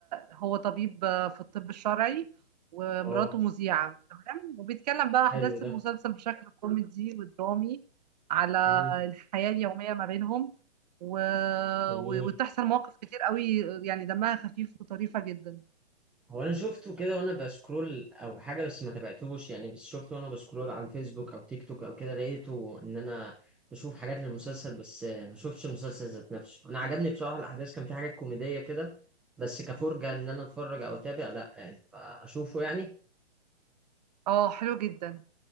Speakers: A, on the right; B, in the centre.
A: هو طبيب آه، في الطب الشرعي ومراته
B: اه
A: مذيعة تمام وبيتكلم بقى أحداث
B: حلو
A: المسلسل
B: ده
A: بشكل كوميدي ودرامي على
B: امم
A: الحياة اليومية ما بينهم و...
B: جميل
A: و- وتحصل مواقف كتير قوي يعني دمها خفيف وطريفة جدا
B: هو انا شفته كده وانا بسكرول او حاجه بس ما تابعتهوش يعني بس شفته وانا بسكرول على الفيسبوك او تيك توك او كده لقيته ان انا بشوف حاجات للمسلسل بس آه، ما شفتش المسلسل ذات نفسه انا عجبني بصراحه الاحداث كان في حاجات كوميديه كده بس كفرجه ان انا اتفرج او اتابع لا يعني فاشوفه يعني
A: اه حلو جدا